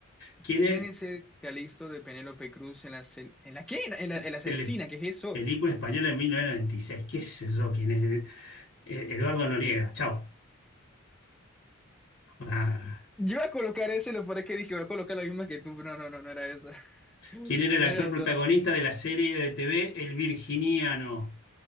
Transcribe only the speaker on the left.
¿Quién
es
Celeste?
Película española de 1996. ¿Qué es eso? ¿Quién es? Eh, Eduardo Noriega. Chao. Ah.
¿Quién era
el actor
protagonista
de la serie de TV El Virginiano?